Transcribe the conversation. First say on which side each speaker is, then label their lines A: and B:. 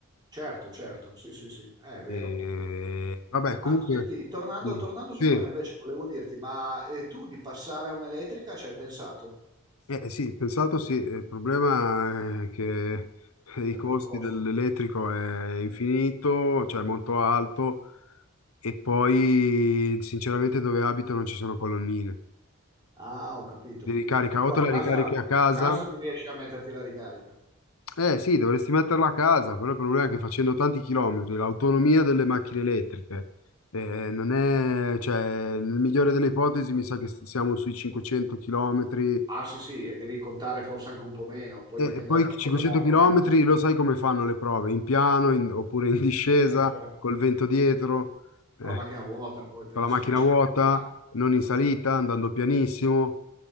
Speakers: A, on the right; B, on the left.
A: Certo, certo, sì, sì, sì, Eh, è vero.
B: E, vabbè,
A: Ma
B: comunque,
A: senti, tornando,
B: sì,
A: tornando su
B: sì,
A: quello invece volevo dirti, ma eh, tu di passare a un'elettrica ci hai pensato?
B: eh, sì, pensato sì, il problema è che i
A: Sempre
B: costi
A: il costo.
B: dell'elettrico è infinito, cioè molto alto E poi, sinceramente, dove abito non ci sono colonnine
A: Ah, ho capito.
B: di ricarica.
A: E tu
B: O te
A: a
B: la
A: casa,
B: ricarichi a casa?
A: a casa non riesci a metterti la ricarica?
B: Eh sì, dovresti metterla a casa, però il problema è che facendo tanti chilometri, l'autonomia delle macchine elettriche, eh, non è, cioè, nel migliore delle ipotesi mi sa che st- siamo sui 500 chilometri.
A: Ah, sì, sì, e devi contare forse anche un po' meno, poi
B: E,
A: dipende
B: e poi
A: da che cosa
B: 500
A: vai a prendere.
B: chilometri lo sai come fanno le prove, in piano in- oppure in discesa,
A: Eh, certo.
B: col vento dietro, eh,
A: Con la macchina vuota poi, perché
B: con la
A: si
B: macchina
A: comincia
B: vuota,
A: a caricare.
B: non in salita, andando pianissimo.